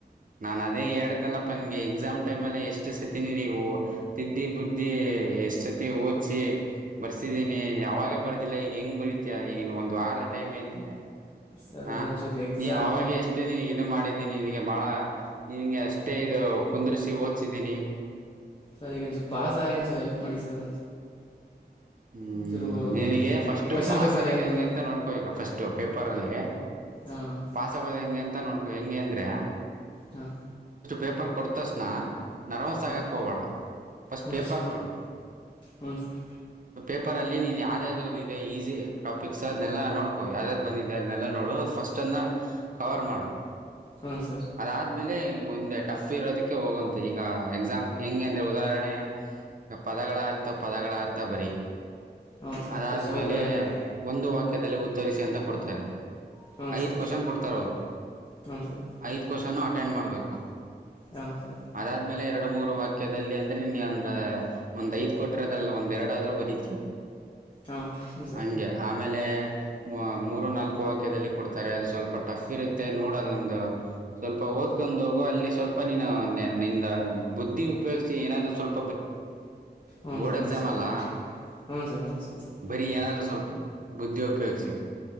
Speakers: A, on the right; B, on the left.
A: ನಾನ್ ಅದೇ ಹೇಳ್ದ್ನಲ್ಲಪ್ಪಾ ನಿನ್ಗೆ ಎಕ್ಸಾಮ್ ಟೈಮ್ಲ್ಲೇ ಎಷ್ಟು ಸತಿದಿನಿ ನೀವು ತಿದ್ದಿ ಬುದ್ದಿ ಎಸ್ಟ್ಸತಿ ಒಧ್ಸಿ ಬರ್ಸಿದ್ದೀನಿ ಯಾವಾಗ ಬರ್ದಿಲ್ಲ ಈಗ ಹೆಂಗ್ ಬರೀತಿಯ ಈಗ ಒಂದು ವಾರ ವಾರ ಟೈಮ್ ಐತೆ
B: ಸರ್
A: ಹಾ
B: ಒಂಚೂರು ಎಕ್ಸಾಮ್
A: ನೀ ಅವಾಗ ಎಷ್ಟೇ ನೀ ಇದು ಮಾಡಿದ್ದೀನಿ ನಿಂಗೆ ಬಾಳ ನೀವಂಗೆ ಅಷ್ಟೇ ಇದು ಕುಂದ್ರಿಸಿ ಹೋದ್ಸಿದಿನಿ
B: ಸರ್ ಇವಾಗ್ ಒಂಚೂರು ಪಾಸ್ ಅಗೋ ಹೆಲ್ಪ್ ಮಾಡಿ ಸರ್
A: ಹ್ಮ್
B: ಒಂಚೂರು
A: ನಿನಗೆ ಫಸ್ಟ್
B: ಕ್ವಶನ್
A: ಪಾಸ್
B: ಪೇಪರ್
A: ಆಗಧು ಹೆಂಗೆ
B: ಬರೋ
A: ಅಂತ ನೋಡ್ಕೋ ಈಗ ಫಸ್ಟ್ು ಪೇಪರ್ ಅಲ್ಲಿ
B: ಹಾಂ
A: ಪಾಸ್ ಆಗೋದು ಹೆಂಗೆ ಅಂತ ನೋಡ್ಕೋ ಹೆಂಗೆ ಅಂದ್ರೆ
B: ಹಾ
A: ಪೇಪರ್ ಕೊಟ್ಟ ತಕ್ಷಣ ನರ್ವಸ್
B: ಹಾಂ
A: ಆಗಕ್ಕೆ ಹೋಗಬೇಡ ಪಫಸ್ಟ್
B: ಹ್ಞೂ
A: ಪೇಪರ್
B: ಸರ್
A: ನೋಡು
B: ಹ್ಞೂ ಸರ್
A: ಪೇಪರ್ ಪೇಪರಲ್ಲಿ ನೀನು ಯಾವ್ದ್ಯಾವ್ದು ಇದೆ ಈಸಿ ಟಾಪಿಕ್ಸ್ ಅದನ್ನೆಲ್ಲ ನೋಡ್ಕೋ ಯಾವುದು ಯಾವುದು ಬಂದಿದೆ ಅನ್ನಲ್ಲ ನೋಡು ಅದು ಫಸ್ಟ್ ಕವರ್ ಮಾಡು
B: ಹ್ಞೂ ಸರ್
A: ಅದಾದ್ಮೇಲೆ ಮುಂದೆ ಟಫ್ ಇರೋದಕ್ಕೆ ಹೋಗದು ಈಗ ಎಕ್ಸಾಮ್ ಹೆಂಗೆ ಅಂದ್ರರೆ ಉದಾಹರಣೆ ಈ ಪದಗಳ ಅರ್ಥ ಪದಗಳ ಅರ್ಥ ಬರಿ
B: ಹ್ಞೂ ಸರ್
A: ಅದಾದ್ಮೇಲೆ
B: ಫಸ್ಟ್ ಅವು ಬರೋಲ್ಲ
A: ಒಂದು ವಾಕ್ಯದಲ್ಲಿ ಉತ್ತರಿಸಿ ಅಂತ ಕೊಡ್ತಾರೆ
B: ಹ್ಞೂ ಸರ್
A: ಐದು ಕ್ವಷನ್ ಕೊಡ್ತಾರ ಅವರು
B: ಹ್ಞೂ ಸರ್
A: ಐದು ಕ್ವಷನ್ ಮಾಡಬೇಕು
B: ಹಾಂ ಸರ್
A: ಅದಾದ್ಮೇಲೆ ಎರಡು ಮೂರು ವಾಕ್ಯದಲ್ಲಿ ಅಂದ್ರೆ ನೀನ್ ಅಂದ್ರ ಒಂದ್ ಐದ್ ಕೊಟ್ಟಿರೋದಲ್ಲ ಒಂದ ಎರಡ ಆದ್ರೂ ಬರೀ
B: ಹಾಂ ಹ್ಞೂ ಸರ್
A: ಹಂಗೆ ಆಮೇಲೆ ಮೂರು ನಾಲ್ಕು ವಾಕ್ಯದಲ್ಲಿ ಕೊಡ್ತಾರೆ ಅದು ಸ್ವಲ್ಪ ಟಫ್ ಇರುತ್ತೆ ನೋಡೋದೊಂದು ಸ್ವಲ್ಪ ಓದ್ಕೊಂಡ ಹೋಗು ನಿಂದ ಬುದ್ಧಿ ಉಪಯೋಗ್ಸ ಏನಾದ್ರರು
B: ಹ್ಞೂ
A: ಬೋರ್ಡ್
B: ಸರ್ ಹ್ಞೂ
A: ಎಕ್ಸಾಮ್
B: ಸರ್
A: ಅಲ್ಲ
B: ಹ್ಞೂ ಸರ್ ಹ್ಞೂ ಸರ್
A: ಬರಿ ಏನಾದ್ರು ಸ್ವಲ್ಪ ಬುದ್ಧಿ ಉಪಯೋಗಿಸಿ